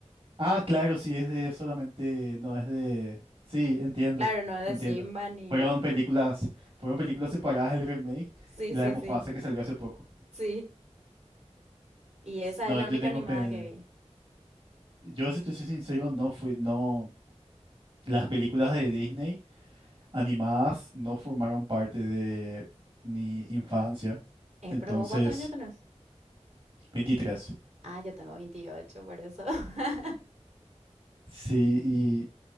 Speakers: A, on the right; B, on the right.
A: Ah, claro, sí, es de solamente, no es de... Sí, entiendo,
B: Claro, no es de
A: entiendo.
B: Simba ni...
A: Fueron películas, fueron películas separadas el remake
B: Sí,
A: y la
B: sí,
A: de Mufasa
B: sí,
A: que salió hace poco.
B: sí. Y
A: S-
B: esa
A: No,
B: es la
A: yo
B: única
A: tengo...
B: animada
A: pe-
B: que vi.
A: Yo, si te soy sincero, no fui, no... Las películas de Disney. animadas no formaron parte de mi infancia.
B: Eh,
A: Entonces,
B: pero vos, ¿cuántos años tenés?
A: 23.
B: Ah, yo tengo 28, por eso. <laughs>
A: Sí, y